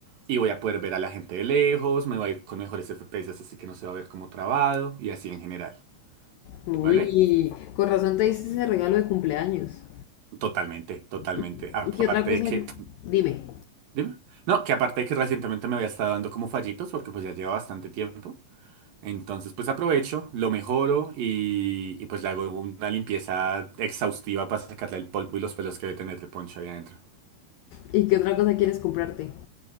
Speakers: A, on the right; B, on the left.
A: y voy a poder ver a la gente de lejos, me va a ir con mejores FPS, así que no se va a ver como trabado y así en general,
B: Uy,
A: ¿vale?
B: con razón te hice ese regalo de cumpleaños.
A: Totalmente, totalmente.
B: ¿Y,
A: Aparte
B: y qué otra cosa?
A: de que,
B: Dime,
A: dime, no, que aparte de que recientemente me había estado dando como fallitos porque pues ya lleva bastante tiempo. Entonces pues aprovecho, lo mejoro y, y pues le hago una limpieza exhaustiva para sacarle el polvo y los pelos que debe tener de poncho ahí adentro.
B: ¿y qué otra cosa quieres comprarte?